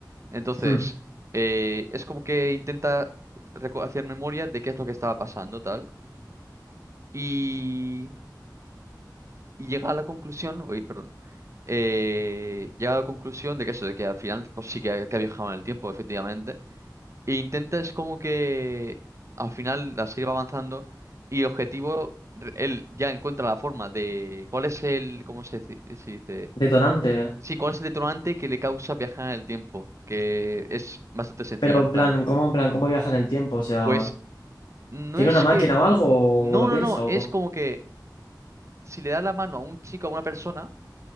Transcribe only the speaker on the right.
Entonces,
eh, es como que intenta reco- hacer memoria de qué es lo que estaba pasando, tal, y, y llega a la conclusión, uy, perdón, eh, llega a la conclusión de que eso, de que al final, pues sí que ha, que ha viajado en el tiempo, efectivamente E intentas como que al final la serie va avanzando y el objetivo, re- él ya encuentra la forma de cuál es el, ¿cómo se dice? se dice?
Sí, cuál es el detonante que le causa viajar en el tiempo, que es bastante sencillo
en plan.
Pues no
es
que,
no,
no,
no,
es
como que si le da la mano a un chico, a una persona,